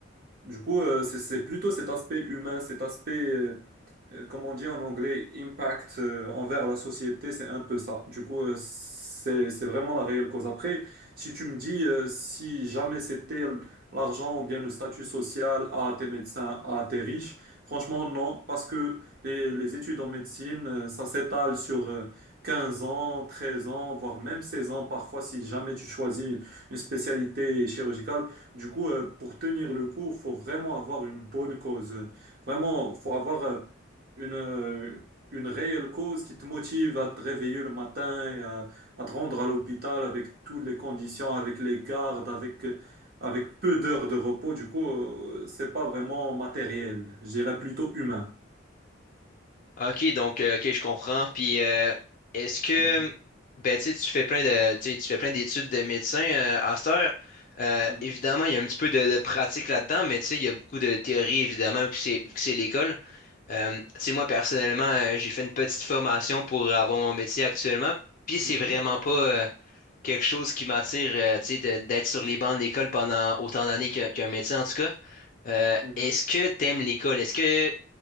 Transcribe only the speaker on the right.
Du coup, euh, c'est c'est plutôt cet aspect humain, cet aspect euh, euh, comme on dit en anglais, impact euh, envers la société, c'est un peu ça. Du coup, euh, c'est, c'est vraiment la réelle cause. Après, si tu me dis euh, si jamais c'était l- l'argent ou bien le statut social à tes médecins, à tes riches, franchement, non, parce que les, les études en médecine, euh, ça s'étale sur euh, 15 ans, 13 ans, voire même 16 ans parfois si jamais tu choisis une spécialité chirurgicale. Du coup, euh, pour tenir le coup, il faut vraiment avoir une bonne cause. Vraiment, faut avoir... euh, une, euh, une réelle cause qui te motive à te réveiller le matin, et à, à te rendre à l'hôpital avec toutes les conditions, avec les gardes, avec, euh, avec peu d'heures de repos. Du coup, euh, c'est pas vraiment matériel, je dirais plutôt humain.
Mhm,
mhm,
mhm,
mhm.